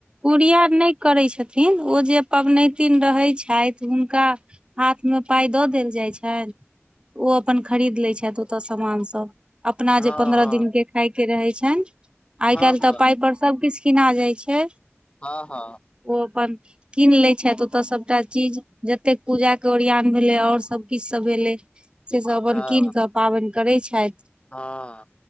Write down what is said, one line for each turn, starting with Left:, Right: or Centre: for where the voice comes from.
Right: कुरिया नहि करैत छथिन ओ जे पबनैतिन रहैत छथि हुनका हाथ मे पाय द देल जाइ छै ओ अपन खरीद लै छथि ओतअ सामान सब अपना
Left: हँ
Right: जे पंद्रह दिन के खाय के रहे छैन आई
Left: हँ
Right: काइल
Left: हँ
Right: त पाय पर सब किछ कीना जाय छै हे
Left: हँ हँ
Right: ओ अपन कीन लै छथि ओतय सभटा चीज जतेक पूजा के ओरियान भेलै आओर सभ किछु भेलै से सब अपन
Left: हँ
Right: कीन क पाबैं करै छथि
Left: हँ